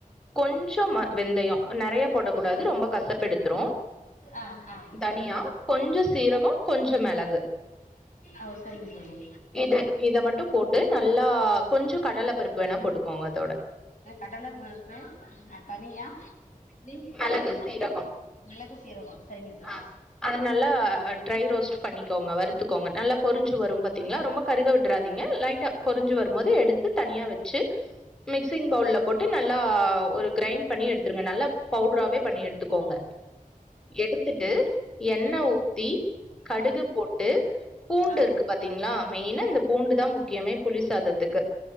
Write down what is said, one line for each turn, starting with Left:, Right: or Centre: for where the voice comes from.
Centre: கொஞ்சம் ம வெந்தயம் நெறையா போடக்கூடாது ரொம்ப கஷப்பெடுத்துரும்
Left: ஆ ஆ
Centre: தனியா கொஞ்ச சீரகம் கொஞ்ச மிளகு
Left: அவ் சரிங்க தோழி
Centre: இது இத மட்டும் போட்டு நல்லா கொஞ்சம் கடல பருப்பு வேணா போட்டுக்கோங்க அதோட
Left: இந்த கடல பருப்பு ம் தனியா புளி
Centre: மெளகு
Left: சரிம்மா
Centre: சீரகோ
Left: மிளகும் சீரகம் சரிங்க தோழி
Centre: ஆ அது நல்லா ட்ரை ரோஸ்ட் பண்ணிக்கோங்க வருத்துக்கோங்க நல்லா பொரிஞ்சு வரும் பாத்தீங்களா ரொம்ப கருக விட்டுறாதீங்க லை டா பொரிஞ்சி வருமோது எடுத்து தனியா வச்சு மிக்சிங் பவுல்ல போட்டு நல்லா ஒரு கிரைண் பண்ணி எடுத்துருங்க நல்லாப் பவுடராவே பண்ணி எடுத்துக்கோங்க எடுத்துட்டு எண்ண
Left: ம்
Centre: ஊத்தி கடுகு
Left: ம்
Centre: போட்டு பூண்டு
Left: ஆ
Centre: இருக்கு பாத்தீங்களா மெயினா இந்த பூண்டுதான் முக்கியமே புளி சாதத்துக்கு